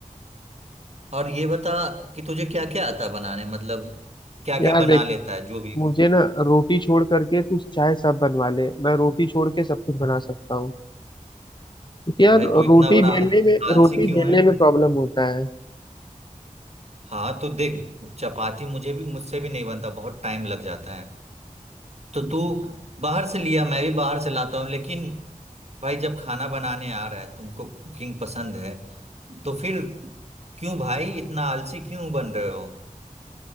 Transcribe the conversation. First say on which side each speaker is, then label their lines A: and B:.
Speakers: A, on the right (about 50°); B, on the left (about 35°).
A: और ये बता कि तुझे क्या क्या आता है बनाने मतलब क्या
B: यार
A: क्या बना
B: देख
A: लेता है जो भी
B: मुझे ना रोटी छोड़ करके तू चाहे सब बनवा ले मैं रोटी छोड़ के सब कुछ बना सकता हूँ क्योंकि
A: तो
B: यार
A: भाई तू इतना
B: रोटी
A: बड़ा
B: बेलने
A: आल-
B: में
A: आलसी
B: रोटी
A: क्यों
B: बेलने
A: है
B: में प्रॉब्लम होता है
A: हाँ तो देख चपाती मुझे भी मुझसे भी नहीं बनता बहुत टाइम लग जाता है तो तू बाहर से लिया मैं भी बाहर से लाता हूँ लेकिन भाई जब खाना बनाने आ रहा है तुमको कुकिंग पसंद है तो फिर क्यों भाई इतना आलसी क्यों बन रहे हो